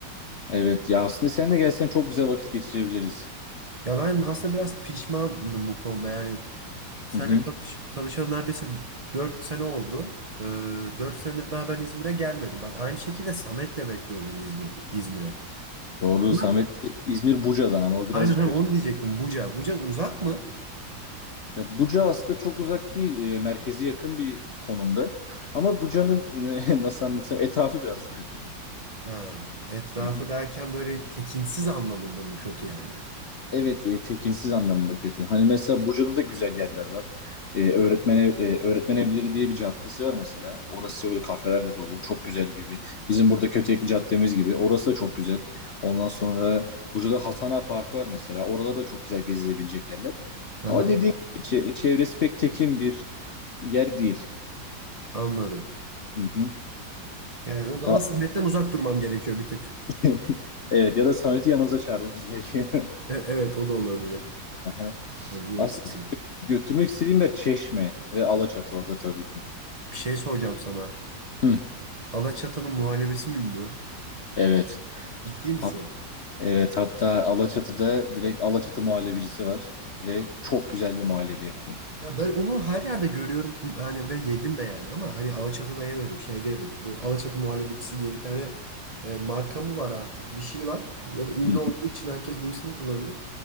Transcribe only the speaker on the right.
Ya ben aslında biraz pişmanım bu konuda. Yani seninle
tanış- tanışalı neredeyse 4 sene oldu. Ee, 4 senedir daha ben İzmir'e gelmedim. Bak aynı şekilde Samet de bekliyor beni İzmir, İzmir'e.
Ulan,
Aynen hani
onu diyecektim. Buca. Buca uzak mı?
Ha, etrafı
derken böyle tekinsiz anlamında mı kötü yani?
Aha,
anladım.
Yani o zaman
Samet'ten uzak durmam gerekiyor bir tık.
E, evet o da olabilir.
Bu
nasıl
Bir
Bir şey soracağım sana.
Alaçatı'nın muhallebisi mi ünlü?
Ciddi misin?
Ya ben onu her yerde görüyorum yani ve yedim de yani ama hani Alaçatı'da yemedim şeyde yedim. Bu Alaçatı muhallebicisi diye bir tane e, marka mı var artık bir şey var ya da ünlü
olduğu
için herkes bu ismi kullanıyor.